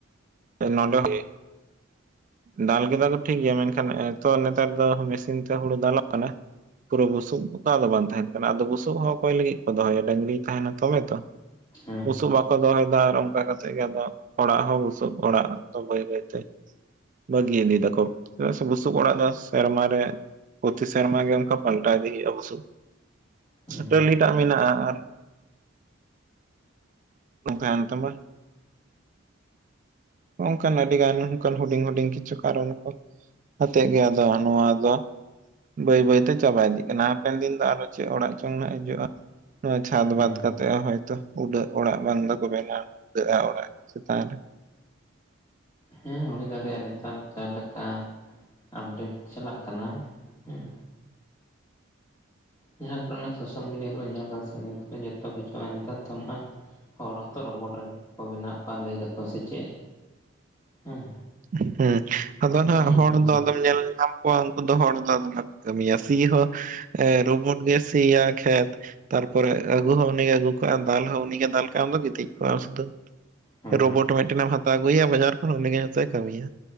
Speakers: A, on the right; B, on the left.
A: <unintelligible> ᱫᱟᱞ ᱠᱮᱫᱟ ᱠᱚ ᱴᱷᱤᱠ ᱜᱮᱭᱟ ᱢᱮᱱᱠᱷᱟᱱ ᱮᱛᱚ ᱱᱮᱛᱟᱨ ᱫᱚ ᱢᱮᱥᱤᱱ ᱛᱮ ᱦᱩᱲᱩ ᱫᱟᱞᱚᱜ ᱠᱟᱱᱟ ᱠᱩᱫᱚ ᱵᱩᱥᱩᱵ ᱜᱮᱛᱚ ᱟᱫᱚ ᱵᱟᱝ ᱛᱟᱦᱮᱱ ᱠᱟᱱᱟ ᱟᱫᱚ ᱵᱩᱥᱩᱵ ᱦᱚᱸ ᱚᱠᱚᱭ ᱞᱟᱹᱜᱤᱫ ᱠᱚ ᱫᱚᱦᱚᱭᱟ ᱰᱟᱹᱝᱨᱤᱭ ᱛᱟᱦᱮᱱᱟ ᱛᱚᱵᱮ ᱛᱚ
B: ᱦᱮᱸ
A: ᱵᱩᱥᱩᱵ ᱵᱟᱠᱚ ᱫᱚᱦᱚᱭᱮᱫᱟ ᱟᱨ ᱚᱝᱠᱟ ᱠᱟᱛᱮᱜ ᱜᱮ ᱟᱫᱚ ᱚᱲᱟᱜ ᱦᱚᱸ ᱵᱩ ᱼᱼ ᱥᱩᱵ ᱚᱲᱟᱜ ᱫᱚ ᱵᱟᱹᱭ ᱵᱟᱹᱭ ᱛᱮ ᱵᱟᱹᱜᱤ ᱤᱫᱤᱭ ᱫᱟᱠᱚ ᱪᱮᱫᱟᱜ ᱥᱮ ᱵᱩᱥᱩᱵ ᱚᱲᱟᱜ ᱫᱚ ᱥᱮᱨᱢᱟ ᱨᱮ ᱯᱚᱛᱤ ᱥᱮᱨᱢᱟ ᱜᱮ ᱩᱱᱠᱟ ᱯᱟᱞᱴᱟᱣ ᱤᱫᱤ ᱦᱩᱭᱩᱜᱼᱟ ᱵᱩᱥᱩᱵ
B: ᱦᱮᱸ
A: ᱪᱷᱟᱹᱴᱟᱹᱞᱤ ᱴᱟᱜ ᱢᱮᱱᱟᱜᱼᱟ ᱟᱨ ᱱᱚᱝᱠᱟ ᱮᱱ ᱛᱟᱢᱟ ᱦᱚᱱᱠᱟᱱ ᱟᱹᱰᱤ ᱜᱟᱱ ᱚᱱᱠᱟᱱ ᱦᱩᱰᱤᱧ ᱦᱩᱰᱤᱧ ᱠᱤᱪᱷᱩ ᱠᱟᱨᱚᱱ ᱠᱚ ᱟᱛᱮᱜᱮ ᱟᱫᱚ ᱟ ᱱᱚᱣᱟ ᱟᱫᱚ ᱵᱟᱹᱭ ᱵᱟᱹᱭᱛᱮ ᱪᱟᱵᱟ ᱤᱫᱤᱜ ᱠᱟᱱᱟ ᱦᱟᱯᱮᱱ ᱫᱤᱱ ᱫᱚ ᱟᱨᱚ ᱪᱮᱫ ᱚᱲᱟᱜ ᱪᱚᱝ ᱱᱟᱦᱟᱜ ᱦᱤᱡᱩᱜᱼᱟ ᱱᱚᱣᱟ ᱪᱷᱟᱫᱽ
B: ᱦᱮᱸ
A: ᱵᱟᱫᱽ
B: ᱦᱮᱸ
A: ᱠᱟᱛᱮᱜ ᱦᱚᱸ ᱦᱚᱭᱛᱚ ᱩᱰᱟᱹᱜ ᱚᱲᱟᱜ ᱵᱟᱝ ᱫᱚᱠᱚ ᱵᱮᱱᱟᱣᱱᱟ ᱩᱰᱟᱹᱜᱼᱟ ᱚᱲᱟᱜ ᱪᱮᱛᱟᱱ ᱨᱮ
B: ᱦᱮᱸ ᱦᱩᱭ ᱫᱟᱲᱮᱭᱟᱜᱼᱟ ᱱᱮᱛᱟᱨ ᱡᱟᱦᱟᱸᱞᱮᱠᱟ ᱟᱯᱰᱮᱴ ᱪᱟᱞᱟᱜ ᱠᱟᱱᱟ ᱦᱮᱸ ᱡᱟᱦᱟᱸ ᱠᱚ ᱚᱱᱟ ᱥᱳᱥᱟᱞ ᱢᱤᱰᱤᱭᱟ ᱠᱚᱨᱮ ᱧᱮᱞ ᱫᱟ ᱥᱮ ᱚᱱᱟ ᱡᱚᱛᱚ ᱠᱤᱪᱷᱩᱼᱟ ᱱᱮᱛᱟᱨ ᱛᱚ ᱱᱟᱦᱟᱜ ᱦᱚᱲ ᱦᱚᱸᱛᱚ ᱨᱚᱵᱚᱴ ᱨᱮᱱ ᱠᱚ ᱵᱮᱱᱟᱣᱮᱫ ᱠᱚᱣᱟ ᱞᱟᱹᱭ ᱫᱟᱠᱚ ᱥᱮ ᱪᱮᱫ ᱦᱮᱸ
A: ᱦᱩᱸ ᱟᱫᱚ ᱱᱟᱦᱟᱜ
B: ᱱᱚᱜᱼᱚ ᱱᱚᱝᱠᱟ
A: ᱦᱚᱲ ᱫᱚ ᱟᱫᱚᱢ ᱧᱮᱞ ᱧᱟᱢ ᱠᱩᱣᱟ ᱩᱱᱠᱩ ᱫᱚ ᱦᱚᱲ ᱫᱚ ᱟᱫᱚ ᱵᱟᱠᱚ ᱠᱟᱹᱢᱤᱭᱟ ᱥᱤ ᱦᱚᱸ ᱨᱳᱵᱳᱴ ᱜᱮ ᱥᱤᱭᱟ ᱠᱷᱮᱛ ᱛᱟᱨᱯᱚᱨᱮ ᱟᱹᱜᱩ ᱦᱚᱸ ᱩᱱᱤᱜᱮ ᱟᱹᱜᱩ ᱠᱟᱜᱼᱟ ᱫᱟᱞ ᱦᱚᱸ ᱩᱱᱤᱜᱮ ᱫᱟᱞ ᱠᱟᱜᱼᱟ ᱟᱢ ᱫᱚ ᱜᱤᱛᱤᱡ ᱠᱚ ᱟᱢ ᱥᱩᱫᱷᱟᱹ
B: ᱦᱮᱸ
A: ᱨᱳᱵᱳᱴ ᱢᱤᱫ ᱴᱮᱱᱮᱢ ᱦᱟᱛᱟᱣ ᱟᱜᱩᱭᱮᱭᱟ ᱵᱟᱡᱟᱨ ᱠᱷᱚᱱ ᱩᱱᱤᱜᱮ ᱡᱷᱚᱛᱚᱭ ᱠᱟ. ᱢᱤᱭᱟ